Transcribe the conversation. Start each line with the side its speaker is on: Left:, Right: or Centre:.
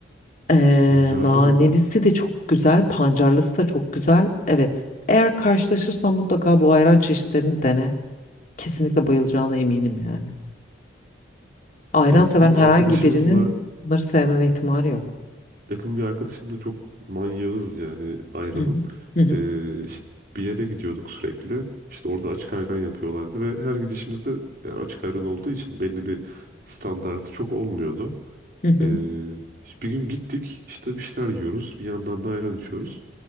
Left: E,
Right: pancarlı
Left: nanelisi
Right: mı?
Left: de çok güzel, pancarlısı da çok güzel. Evet. Eğer karşılaşırsan mutlaka bu ayran çeşitlerini dene. Kesinlikle bayılacağına eminim yani. Ayran
Right: Ya
Left: seven
Right: bizim
Left: herhangi
Right: arkadaşımızla
Left: birinin bunları sevmeme ihtimali yok.
Right: yakın bir arkadaşımla çok manyağız yani ayranın.
Left: Hı hı. Hı hı.
Right: Ee, işte bir yere gidiyorduk sürekli. İşte orada açık ayran yapıyorlardı ve her gidişimizde yani açık ayran olduğu için belli bir standartı çok olmuyordu.
Left: Hı hı.
Right: Ee, işte bir gün gittik işte bir şeyler yiyoruz bir yandan da ayran içiyoruz.